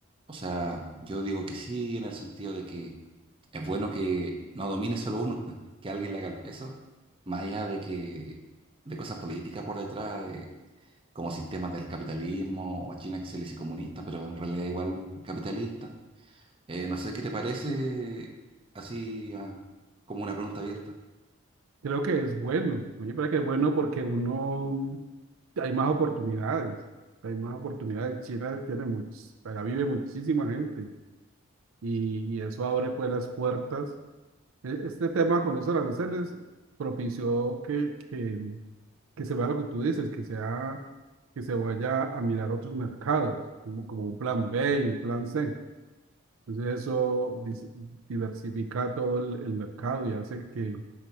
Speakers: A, on the right (about 25°); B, on the right (about 70°).
A: O sea, yo digo que sí, en el sentido de que es bueno que no domine solo uno, <laughs> que alguien le haga el peso, más allá de que de cosas políticas por detrás, eh, como sistemas del capitalismo, o a China que se le dice comunista, pero en realidad igual capitalista. Eh, no sé qué te parece, así ah, como una pregunta abierta.
B: creo que es bueno. A mí me parece que es bueno porque uno, hay más oportunidades. Hay más oportunidades. China tiene muchos, allá vive muchísima gente y, y eso abre pues las puertas. E- Este tema con esos aranceles propició que, que que se vea lo que tú dices, que sea, que se vaya a mirar otros mercados, como, como un plan B y un plan C. Entonces eso dis- diversifica todo el, el mercado y hace que,